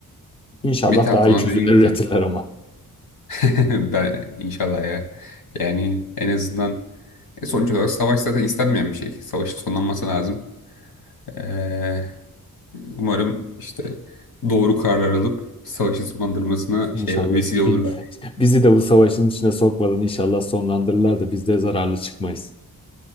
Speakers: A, on the left (about 15°); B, on the left (about 80°).
A: İnşallah
B: Bir taraftan
A: daha iyi çözümler
B: da dediğim
A: üretirler
B: gibi
A: ama.
B: <laughs> Ben inşallah ya. Yani en azından e, sonuç olarak savaş zaten istenmeyen bir şey. Savaşın sonlanması lazım. Ee, umarım işte doğru karar alıp savaşın sonlandırmasına
A: İnşallah.
B: şey vesile olurlar.
A: Bi- Bizi de bu savaşın içine sokmadan inşallah sonlandırırlar da biz de zararlı çıkmayız.